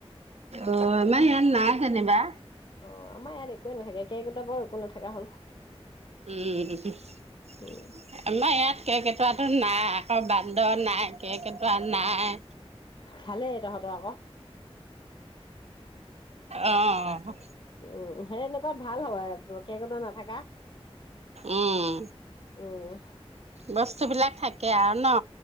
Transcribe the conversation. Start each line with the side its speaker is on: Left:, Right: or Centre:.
Right: অ আমাৰ ইয়াত নাই যেনিবা
Left: অ আমাৰ ইয়াত একোৱে নাথাকে কেৰ্কেটুৱাৰ পৰাও একো নাথাকা হ'ল
Right: উম আমাৰ
Left: উম
Right: ইয়াত কেৰকেটুৱাটো নাই আকৌ বান্দৰ নাই কেৰকেটোৱা নাই
Left: ভালেই তহঁতৰ আক
Right: অ',
Left: উম সেই এনেকুৱা ভাল হয় কেৰ্কেটুৱা নাথাকা
Right: উম
Left: উম
Right: বস্তু বিলাক থাকে আৰু ন